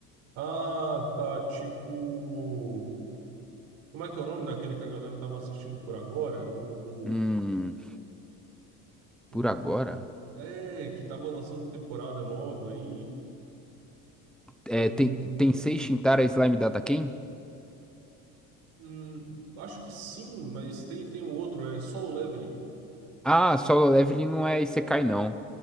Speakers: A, on the right; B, in the centre.
A: Ah, tá. Tipo. Como é que é o nome daquele que a galera tava assistindo por agora? É O.
B: Hum,
A: O,
B: por agora.
A: é, que tava lançando temporada nova aí. É
B: É,
A: o.
B: tem Tensei Shintara Slime Data Ken?
A: hum, acho que sim, mas tem, tem um outro, é Solo Leveling.
B: Ah, Solo Leveling não é Isekai não.